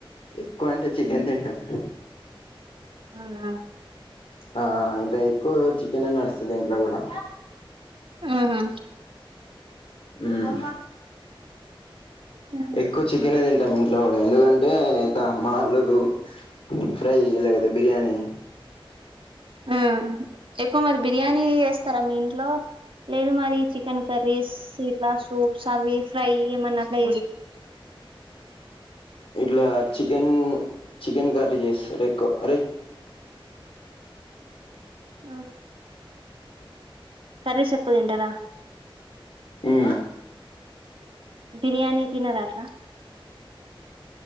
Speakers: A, on the left; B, on the right.
A: ఎక్కువ అంటే చికెన్ తింటాం.
B: అవునా.
A: ఆ ఆ అంటే ఎక్కువ చికెన్ నడుస్తుంది ఇంట్లో కూడా.
B: ఆహా.
A: ఉ
B: హ్మ్.
A: ఎక్కువ చికెన్ తింటా ఇన్. లో ఎందుకంటే ఇత మాలకు ఫ్రై తీయలే కదా బిర్యానీ.
B: ఆ ఎక్కువ మరి బిర్యానీ వేస్తారా మీ ఇంట్లో. లేదు మరి చికెన్ కర్రీస్. సీట్లా సూప్స్ అవి ఫ్రై మనకు.
A: ఇట్లా చికెన్ చికెన్ కర్రీ చేస్తరు ఎక్కువ అరే.
B: ఆ. కర్రీస్ ఎక్కువ తింటారా.
A: ఊ.
B: బిర్యానీ తినరా అట్లా.